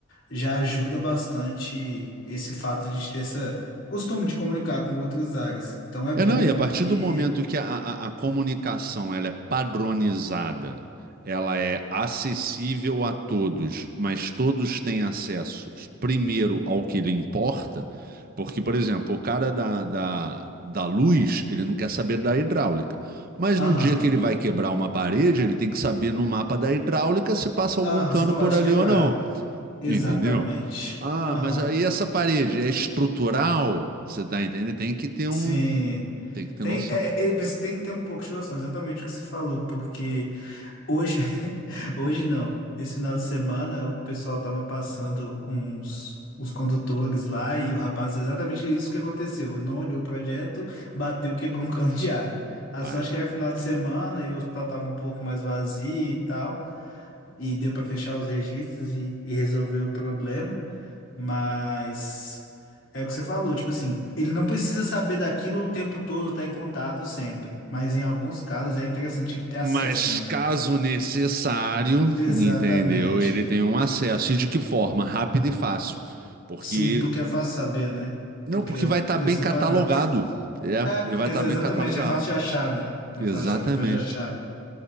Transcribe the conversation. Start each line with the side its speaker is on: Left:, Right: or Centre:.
Left: já ajuda bastante esse fato de a gente ter essa costume de comunicar com outras áreas. Então, é bom
Right: É, não, e
Left: porque...
Right: a partir do momento que a, a, a comunicação ela é padronizada, ela é acessível a todos, mas todos têm acesso primeiro ao que lhe importa, porque, por exemplo, o cara da, da, da luz, ele não quer saber da hidráulica, mas
Left: Aham.
Right: num dia que ele vai quebrar uma parede, ele tem que saber no mapa da hidráulica se passa algum
Left: Ah,
Right: cano
Left: se pode
Right: por ali
Left: quebrar.
Right: ou não,
Left: Exatamente.
Right: entendeu? Ah,
Left: Aham.
Right: mas aí essa parede é estrutural, você tá entendendo? Tem que ter um
Left: Sim.
Right: tem que ter
Left: Tem,
Right: noção.
Left: é, é, você tem que ter um pouco de noção, exatamente o que você falou, porque hoje, <laughs> hoje não. Esse final de semana o pessoal tava passando uns, uns condutores lá e o rapaz, exatamente isso que aconteceu. Não olhou o projeto, bateu, quebrou um <laughs> cano de água. A
Right: Ah,
Left: sorte
Right: é.
Left: que era final de semana e o hospital tava um pouco mais vazio e tal, e deu para fechar os registros e, e resolver o problema. Mas é o que você falou, tipo assim, ele não precisa saber daquilo o tempo todo, tá em contato sempre. Mas em alguns casos é interessante ele ter acesso,
Right: Mas
Left: né?
Right: caso necessário,
Left: Exatamente.
Right: entendeu? Ele tem um acesso. E de que forma? Rápido e fácil. Porque.
Left: Sim, porque é fácil saber, né?
Right: Não,
Left: Porque
Right: porque vai estar bem
Left: é separado.
Right: catalogado. É,
Left: É, porque
Right: ele vai estar
Left: exatamente,
Right: bem catalogado.
Left: é fácil de achar, né? Não
Right: Exatamente.
Left: é fácil de saber, é fácil de achar.